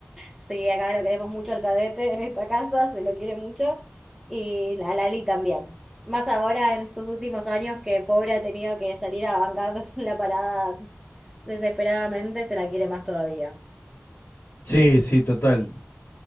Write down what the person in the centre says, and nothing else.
Sí, acá lo queremos mucho al cadete en esta casa, se lo quiere mucho. Y la Lali también. Más ahora en estos últimos años que pobre ha tenido que salir a bancar <laughs> la parada desesperadamente, se la quiere más todavía.